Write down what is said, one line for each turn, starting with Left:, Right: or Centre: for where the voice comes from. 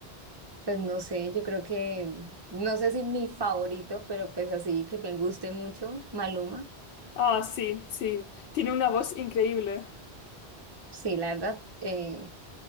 Right: pues no sé, yo creo que, no sé si mi favorito, pero pues así que me guste mucho, Maluma.
Left: Ah, sí, sí, tiene una voz increíble.
Right: Sí, la verdad, eh,